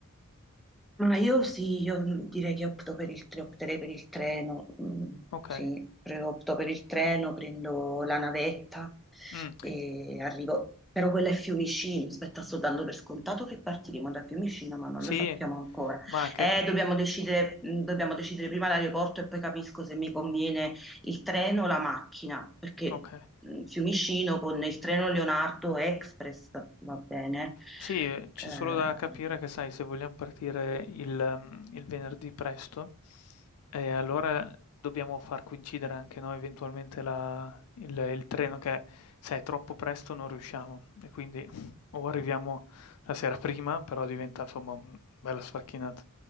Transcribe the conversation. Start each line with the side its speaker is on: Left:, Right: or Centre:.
Centre: ma io sì, io direi che opto per il, tre- opterei per il treno, mm,
Left: Okay.
Centre: sì, pre- opto per il treno, prendo la navetta
Left: Mh,
Centre: e arrivo, però quella è Fiumicino, aspetta, sto dando per scontato che partiremo da Fiumicino, ma non
Left: sì,
Centre: lo sappiamo ancora.
Left: ma anche
Centre: Eh, dobbiamo decidere, mm, dobbiamo decidere prima l'aeroporto e poi capisco se mi conviene il treno o la macchina, perché
Left: okay.
Centre: mm, Fiumicino con il treno Leonardo Express va bene.
Left: Sì, c'è
Centre: Eh,
Left: solo da capire che sai, se vogliam partire il mhmm, il venerdì presto, ehm, allora dobbiamo far coincidere anche noi eventualmente la il il treno che se è troppo presto non riusciamo e quindi <laughs> o arriviamo la sera prima, però diventa insomma, mhmm, bella sfacchinata.